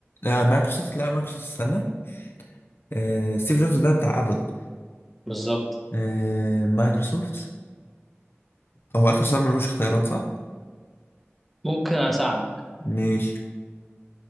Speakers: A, on the left (about 55°); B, in the centre.
A: آه مايكروسوفت لا مايكروسوفت استنى آه ستيف جوبز ده بتاع ابل
B: بالظبط
A: آه مايكروسوفت هو اخر سؤال ملوش اختيارات صح
B: ممكن أساعدك
A: ماشي